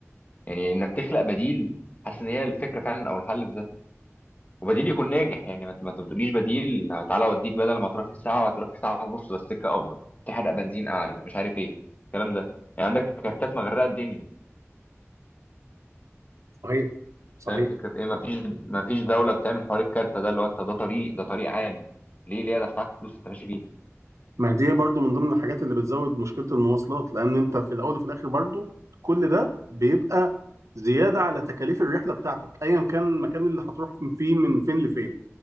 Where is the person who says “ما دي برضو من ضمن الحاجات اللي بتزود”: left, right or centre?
Right